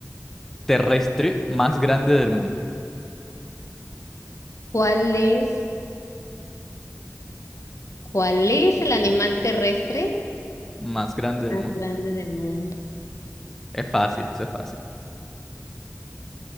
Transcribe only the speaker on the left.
¿Cuál es, cuál es el animal terrestre
más
grande del mundo?